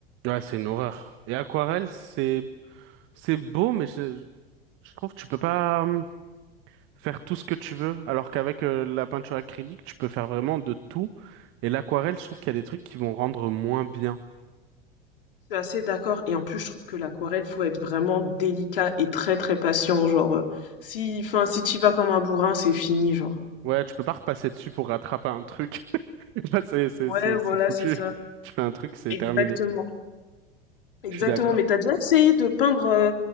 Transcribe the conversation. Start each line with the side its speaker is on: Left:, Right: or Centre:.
Right: ouais c'est une horreur. Et aquarelle c'est c'est beau mais je, je trouve que tu peux pas hum, faire tout ce que tu veux, alors qu'avec euh, la peinture acrylique tu peux faire vraiment de tout, et l'aquarelle je trouve qu'il y a des trucs qui vont rendre moins bien.
Left: Je suis assez d'accord. Et en plus, je trouve que l'aquarelle, faut être vraiment délicat et très très patient. Genre, euh, si, enfin, si tu vas comme un bourrin, c'est fini, genre.
Right: Ouais, tu peux pas repasser dessus pour rattraper un truc. <laughs> Là, c'est, c'est,
Left: Ouais,
Right: c'est,
Left: voilà,
Right: c'est foutu.
Left: c'est ça.
Right: <laughs> Tu fais un truc, c'est
Left: Exactement.
Right: terminé.
Left: Exactement.
Right: Je suis d'accord.
Left: Mais t'as déjà essayé de peindre euh,